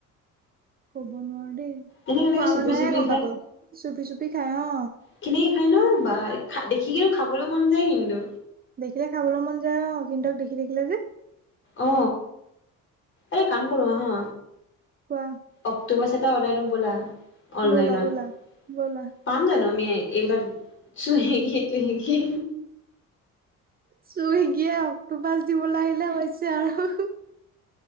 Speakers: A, on the right; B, on the left.
A: কব নোৱাৰো দেই
B: এনেকে এনেকে
A: খোৱা
B: চুপি
A: মানুহেহে
B: চুপি
A: গম পাব চুপি চুপি খাই অ।
B: খিনে খায় ন বা খা দেখিলেও খাবলৈ মন যায় কিন্তু।
A: দেখিলে খাবলৈ মন যায় অ কিন্তক দেখি থাকিলে যে।
B: অ এ কাম কৰো আহা।
A: কোৱা।
B: অক্টোবাছ এটা অৰ্ডাৰ দিও বলা। অনলাইনত
A: ব'লা ব'লা ব'লা
B: পাম জানো আমি এইবিলাক। চুহেগ তুহেগি।
A: চইগীয়ে অক্টো পাছ দিবলৈ আহিলে হৈছে আৰু।